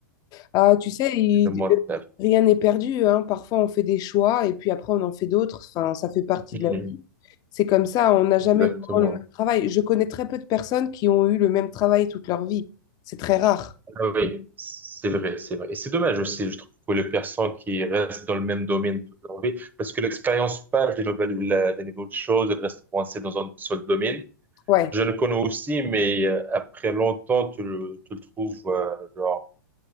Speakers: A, on the left; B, on the right.
A: Ah, tu sais, il-
B: Le montage.
A: euh, rien n'est perdu, hein. Parfois, on fait des choix et puis après, on en fait d'autres. Enfin, ça fait partie
B: Mhm.
A: de la vie. C'est comme ça, on n'a jamais
B: Exactement.
A: vraiment le même travail. Je connais très peu de personnes qui ont eu le même travail toute leur vie. C'est très rare.
B: Ah oui, c'est vrai, c'est vrai. Et c'est dommage aussi, je trouve, pour les personnes qui restent dans le même domaine toute leur vie, parce que l'expérience passe des nouvelles, la- des nouvelles choses, elle reste coincée dans un seul domaine.
A: Ouais,
B: Je le connais aussi, mais euh, après longtemps, tu le, tu le trouves, euh, genre,